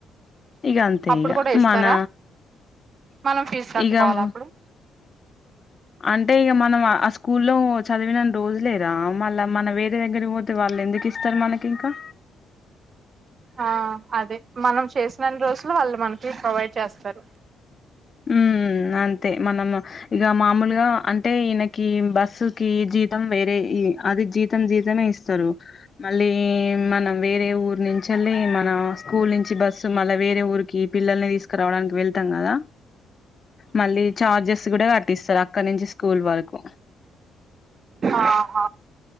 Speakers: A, on the left (about 40°); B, on the right (about 50°).
A: ఇగ అంతే
B: అప్పుడు
A: ఇగ
B: కూడా ఇస్తారా
A: మన
B: మనం ఫీజు కట్టుకోవాలి
A: ఇగ
B: అప్పుడు
A: అంటే ఇక మనం ఆ స్కూల్లో చదివిన రోజులే నా మళ్ళీ మన వేరే దగ్గర పోతే వాళ్ళు ఎందుకు ఇ ఇస్తారు మనకి ఇంకా
B: ఆ అదే మనం చేసినన్ని రోజులు వాళ్ళు మనకి ప్రొవైడ్ చేస్తారు
A: ఉ అంతే మనం ఇక మామూలుగా అంటే ఈయనకి బస్సు కి జీతం వేరే ఈ అది జీతం జీతమే ఇస్త తరు మళ్ళీ మనం వేరే ఊరు నుంచిళ్ళి మన స్కూల్ నుంచి బస్సు మళ్ళా వేరే ఊరికి పిల్లల్ని తీసుకురావడానికి వెళ్తాం కదా మళ్ళీ చార్జెస్ కూడా కట్టిస్తారు అక్కడ నుంచి స్కూల్ వరకు
B: ఆహ